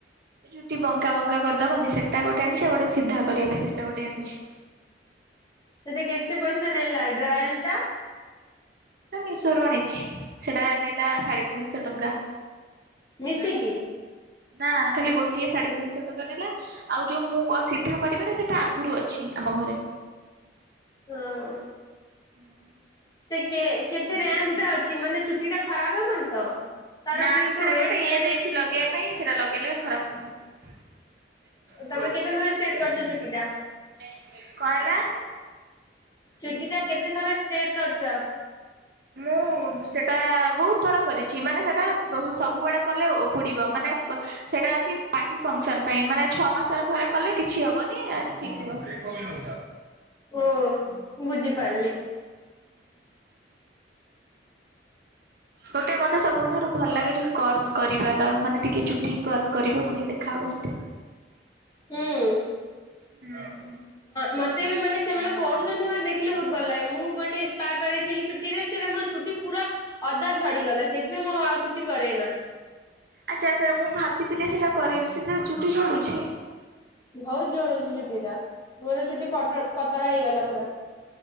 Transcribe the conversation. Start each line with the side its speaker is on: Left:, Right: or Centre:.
Right: ଏ ଚୁଟି ବଙ୍କା ବଙ୍କା କରିଦବନି ସେଟା ଗୋଟେ ଆଣିଛି ଆଉ ଗୋଟେ ସିଧା କରିବା ପାଇଁ ସେଇଟା ଗୋଟେ ଆଣିଛି।
Left: ସେଟା କେତେ ପଇସା ନେଲା ଡ୍ରାୟଲ୍ ଟା?
Right: ମିଶୋ ରୁ ଆଣିଛି ସେଟା ନେଲା ସାଢେ ତିନିଶହ ଟଙ୍କା।
Left: ମିଶିକି
Right: ନା ଖାଲି ଗୋଟିଏ ସାଢେ ତିନିଶହ ଟଙ୍କା ନେଲା ଆଉ ଯୋଉ ମୁଁ ସିଧା କରିବାର ସେଟା ଆଗରୁ ଅଛି ଆମ ଘରେ
Left: ହଁ
Right: ହଁ
Left: କେତେ କେତେ ରେଞ୍ଜ୍ ରେ ଅଛି ମାନେ ଚୁଟି ଟା ଖରାପ ହବନି ତ? ତାର
Right: ନା
Left: ଟିକେ
Right: ସେଥିରେ
Left: ୱେଟ
Right: ଗୋଟେ
Left: ଥାଏ
Right: ଇଏ
Left: ନା
Right: ଦେଇଛି ଲଗେଇବା ପାଇଁ ସେଟା ଲଗେଇଲେ ଖରାପ ହବନି।
Left: ତମେ କେତେ ଥର ଷ୍ଟ୍ରେଟ କରିଛ ଚୁଟି ଟା?
Right: <unintelligible> କଣଲା
Left: ଚୁଟି ଟା କେତେଥରା ଷ୍ଟେଟ କରିଚ?
Right: ମୁଁ ସେଟା ବହୁତ ଥର କରିଛି ମାନେ ସେଟା ସବୁବେଳେ କଲେ ଓ ପୁଡିବ ମାନେ ସେଇଟା ଅଛି ପାର୍ଟି ଫଙ୍କ୍ସନ୍ ପାଇଁ ମାନେ ଛଅ ମାସରେ ଥରେ କଲେ କି ଛି ହବନି ଠିକ୍ ଥିବ ହୁଁ
Left: ଓ ବୁଝିପାରିଲି
Right: ହୁଁ ଗୋଟେ ମତେ ସବୁଠାରୁ ଭଲ ଲାଗେ ଜୁ କର୍ଲ କରିଵାଲ ମାନେ ଟିକେ ଚୁଟି କର୍ଲ କରିବା ବଢିଆ ଦେଖାହେବ ସେଇଟା
Left: ହୁଁ
Right: ହୁଁ
Left: ମତେ ବି ମାନେ ସେମାନେ କରୁଛନ୍ତି ମାନେ ଦେଖ୍ ବହୁତ ଭଲ ଲାଗେ ମୁଁ ଗୋଟେ ସ୍ପା କରାଇଥିଲି ଚୁଟିରେ ମୋ ଚୁଟି ପୁରା ଅଦା ଝଡିଗଲା ସେଥିପାଇଁ ମୁଁ ଆଉ କିଛି କରେ ନା
Right: ଆଚ୍ଛା ସାର୍ ମୁଁ ଭାବିଥିଲି ସେଟା କରେଇବି ସେଥିବେ ଚୁଟି ଝଡୁଛି?
Left: ବହୁତ ଯୋଡୁଛି ଚୁଟି ଟା ମୋର ଚୁଟି ପତଳା ହେଇଗଲା ପୁରା